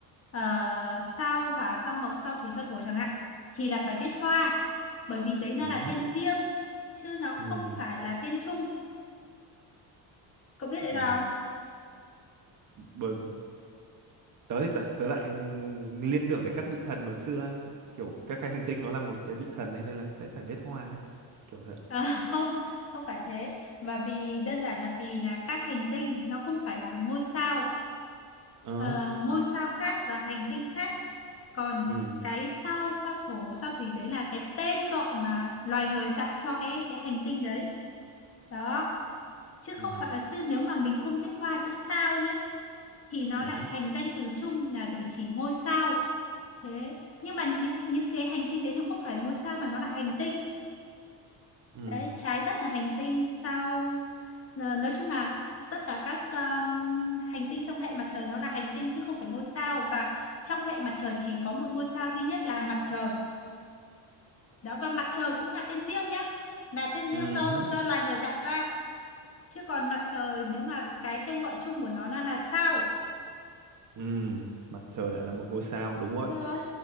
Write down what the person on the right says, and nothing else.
Ừ
hứ.
Ừ.
Ừ.
Bởi tớ thì tớ, tớ lại liên tưởng đến các vị thần hồi xưa ấy. kiểu các cái hành tinh nó là một cái vị thần ấy, nên là sẽ phải viết hoa ấy. kiểu vậy
ờ
ừ
ừ
ừ
hứ,
ừ
ừ
hứ,
ừ mặt trời lại là một ngôi sao đúng
rồi